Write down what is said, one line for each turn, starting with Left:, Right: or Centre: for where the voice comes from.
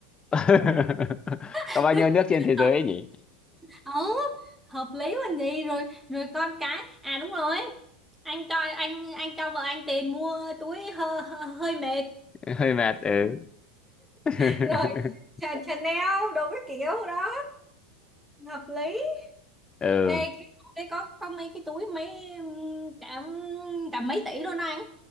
Left: <laughs>
Centre: <laughs>
Left: có bao nhiêu nước trên thế giới
Centre: hợp
Left: ấy nhỉ
Centre: ừ, hợp lý còn gì rồi rồi con cái à đúng rồi anh cho anh anh cho vợ anh tiền mua túi hơi, hơi mệt
Left: <laughs> hơi mệt ừ <laughs>
Centre: <laughs> rồi Chanel đồ cái kiểu đó hợp lý
Left: ừ
Centre: Ê, cái túi đấy có có mấy cái túi mấy ừm, cả cả mấy tỷ luôn đó anh